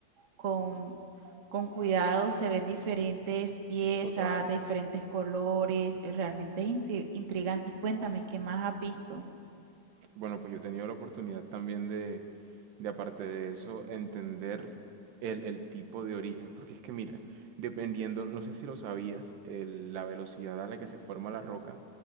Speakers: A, on the right (about 45°); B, on the right (about 80°).
A: con, con cuidado se ven diferentes piezas
B: total.
A: de diferentes colores, eh, realmente es inti- intrigante. Y cuéntame, ¿qué más has visto?
B: Bueno, pues yo he tenido la oportunidad también de, de aparte de eso, entender el, el tipo de origen, porque es que mira, dependiendo, no sé si lo sabías, el- la velocidad a la que se forma la roca,